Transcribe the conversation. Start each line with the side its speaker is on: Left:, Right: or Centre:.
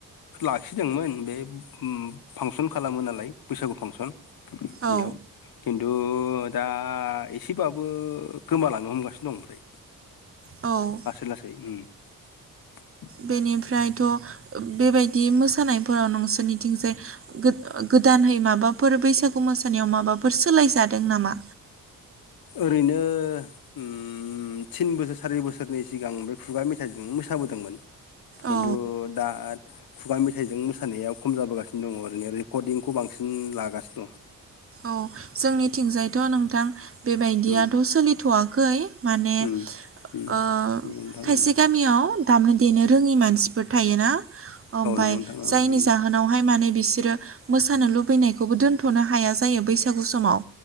Left: लाखिदोंमोन बे फांसन खालामो नालाय बैसागु फांसन
Right: औ
Left: बेयाव खिन्थु दा एसेबाबो गोमालां नो हमगासिनो दं ओमफ्राय
Right: औ
Left: लासै लासै। <inaudible>
Right: बेनिफ्रायथ बेबायदि मोसानायफोराव नोंसोरनिथिंजाय गोद- गोदान है माबाफोर बैसागु मोसानायाव माबाफोर सोलायजादों नामा?
Left: ओरैनो उम थिन बोसोर सारि बोसोरनि सिगां बे खुगा मेथाइजोंनो मोसाबोदोंमोन। खिन्थु
Right: औ
Left: दा खुगा मेथाइजों मोसानाया खम जाबोगासिनो दङ ओरैनो रेकर्डिंखौ बांसिन लागासिनो दं।
Right: औ जोंनिथिंजायथ नोंथां बेबायदियाथ
Left: उम
Right: सोलिथवाखै माने ओ
Left: उम उम उम नंगौ
Right: खायसे गामियाव। दामनो देनो रोङि मानसिफोर थायोना ओमफाय
Left: नोंथां उम
Right: जायनि जाहोनावहाय माने बिसोरो मोसानो लुबैनायखौबो दोनथनो हाया जायो बैसागु समाव।